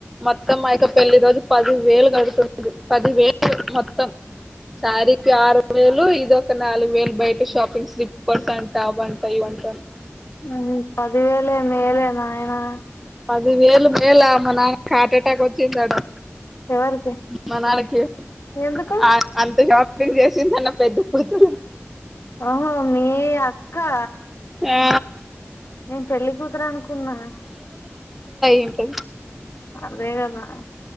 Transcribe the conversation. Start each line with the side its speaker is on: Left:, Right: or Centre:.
Centre: ఇంకా మయక్క పెళ్లి రోజు పది వేలు కడుతుంది పది వేలు మొత్తం సారీకి ఆరు వేలు ఇదొక నాలుగు వేలు బయట షాపింగ్ స్లిప్పర్స్ అంట అవ్వంట ఇవ్వంట త
Left: మ్ పదివేలే మేలే నాయనా
Centre: పదివేలు మేళ మా నాన్నకి హార్ట్ అటాక్ వచ్చిందాడా
Left: ఎవరికి
Centre: మ నాన్న కి
Left: ఎందుకు
Centre: అ అంత షా ఇది చేసింది అన్న పెద్ద కూతురు
Left: ఓహో మీ అక్కా
Centre: ఆ
Left: నేను పెళ్ళికుతురు అనుకున్నా
Centre: ఎంటది
Left: అదే కదా